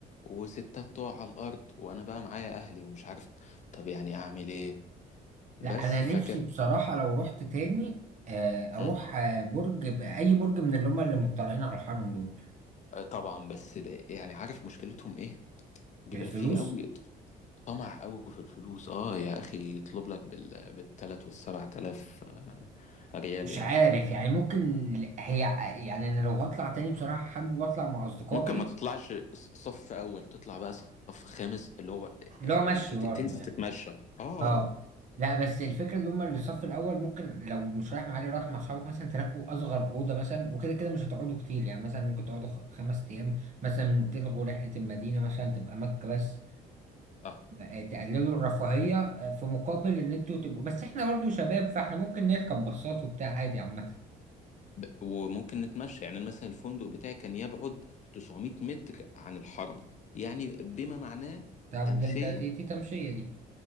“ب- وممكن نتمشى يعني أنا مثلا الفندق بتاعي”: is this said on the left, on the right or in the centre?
Left